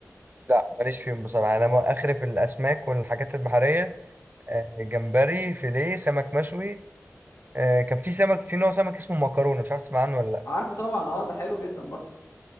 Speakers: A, on the right (about 35°); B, on the left (about 70°).
A: لا ماليش فيهم بصراحة انا ما- اخري في الاسماك والحاجات البحرية أه جمبري فيليه سمك مشوي أه كان في سمك في نوع سمك اسمه مكرونة مش عارف تسمع عنه ولا لأ.
B: عارفه طبعا اه ده حلو جدا برضه